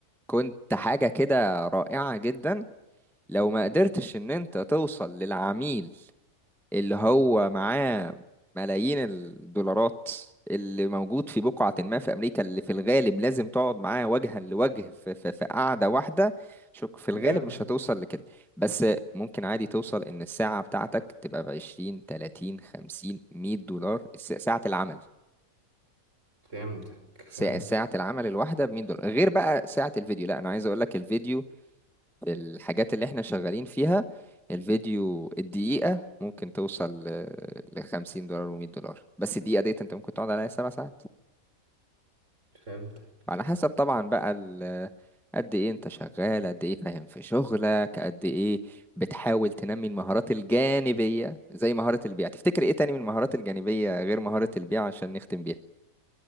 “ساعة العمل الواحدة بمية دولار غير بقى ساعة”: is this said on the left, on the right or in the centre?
Centre